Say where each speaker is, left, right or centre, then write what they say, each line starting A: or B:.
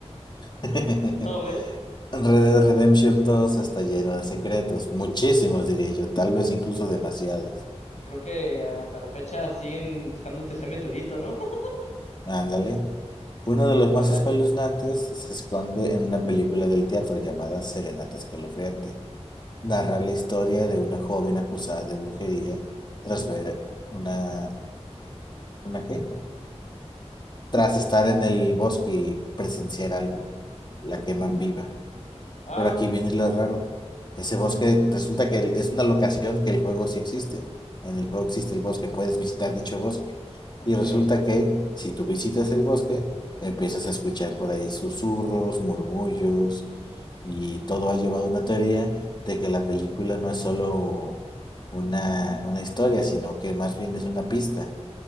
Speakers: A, on the left; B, on the left.
A: <laughs>
B: <laughs> A ver,
A: Red Dead Redemption dos está lleno de secretos, muchísimos diría yo, tal vez incluso demasiados.
B: creo que hasta la fecha siguen buscando el tercer meteorito, ¿no? <laughs>
A: Ándale. Uno de los
B: A
A: más
B: ver.
A: espeluznantes se esconde en una película del teatro llamada Serenata Escalofriante. Narra la historia de una joven acusada de brujería tras ver una... ¿Una qué? Tras estar en el bosque y presenciar algo. La queman viva.
B: Ah,
A: Pero aquí viene lo raro. Ese bosque resulta que es una locación que el juego sí existe. En el juego existe el bosque, puedes visitar dicho bosque.
B: ok.
A: Y resulta que si tú visitas el bosque, empiezas a escuchar por ahí susurros, murmullos, y todo ha llevado a una teoría de que la película no es solo una, una historia, sino que más bien es una pista.